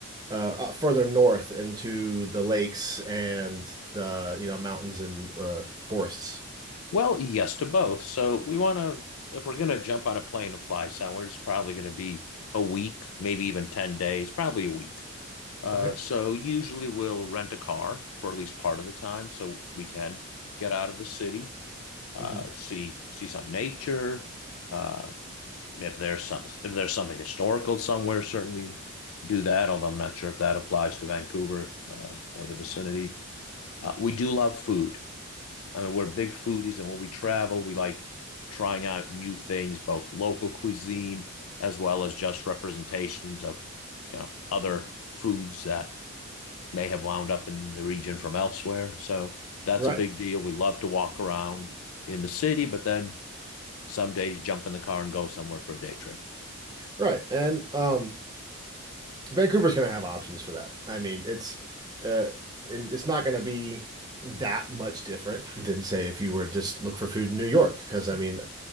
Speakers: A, on the right; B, on the left.
A: uh, uh, further north into the lakes and the you know mountains and uh, forests.
B: Well, yes to both. So we want to if we're going to jump on a plane and fly somewhere, it's probably going to be a week, maybe even 10 days, probably a week. Uh,
A: Okay.
B: so usually we'll rent a car for at least part of the time, so we can get out of the city, uh,
A: hmm
B: see see some nature. Uh, if there's some if there's something historical somewhere, certainly do that. Although I'm not sure if that applies to Vancouver uh, or the vicinity. Uh, we do love food. I mean, we're big foodies, and when we travel, we like trying out new things, both local cuisine as well as just representations of you know other foods that may have wound up in the region from elsewhere. So that's
A: Right.
B: a big deal. We love to walk around in the city, but then some days jump in the car and go somewhere for a day trip.
A: Right. And um, Vancouver's going to have options for that. I mean, it's uh, and it's not going to be that much different than say if you were to just look for food in New York, because I mean,